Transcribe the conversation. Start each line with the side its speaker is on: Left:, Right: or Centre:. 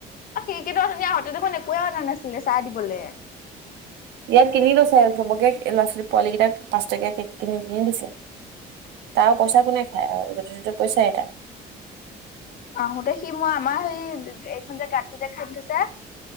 Left: একোৱে আনা নাছিলে চাহ দিবলে।
Right: <inaudible> ইয়াত কিনি লৈছে চবকে ল'ৰা -ছোৱালী পোৱালী কেইটাক পাঁচটকীয়া কেক কিনি- কিনি দিছে। তাৰ পইচা কোনে খায় আৰু য'তে - তটে পইচাই তাৰ।
Left: আহোতে সি মই আমাৰ সেই এইখন যে গাঁতটোযে খানি থৈছে